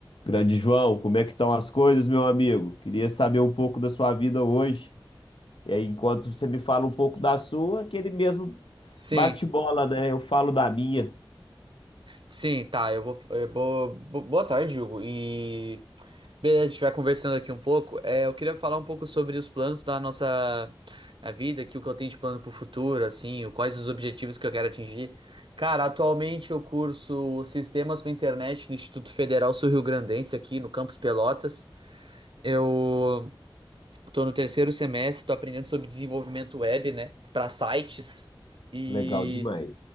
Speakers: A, on the left; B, on the right.
A: Grande João, como é que estão as coisas, meu amigo? Queria saber um pouco da sua vida hoje. E aí, enquanto você me fala um pouco da sua, aquele mesmo
B: Sim,
A: bate-bola, né? Eu falo da minha.
B: sim, tá. Eu vou. eu vou- bo- boa tarde, Hugo. E beleza, a gente vai conversando aqui um pouco. É, eu queria falar um pouco sobre os planos da nossa a vida, aqui, o que eu tenho de plano pro futuro, assim, o- quais os objetivos que eu quero atingir. Cara, atualmente eu curso Sistemas para Internet no Instituto Federal Sul-Rio-Grandense, aqui no Campus Pelotas. Eu tô no terceiro semestre, tô aprendendo sobre desenvolvimento web, né, para sites. e
A: Legal demais.